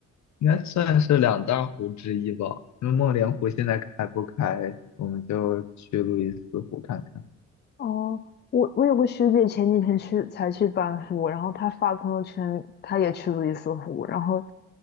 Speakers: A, on the left; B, on the left.
A: 应该算是两大湖之一吧。因为梦莲湖现在开不开，我们就去路易斯湖看看。
B: 哦，我我有个学姐前几天去才去班夫，然后她发朋友圈，她也去路易斯湖，然后